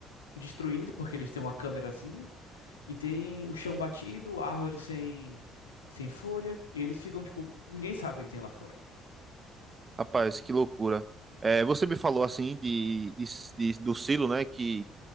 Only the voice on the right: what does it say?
Rapaz, que loucura. É, você me falou assim de, de, de- do silo, né? Que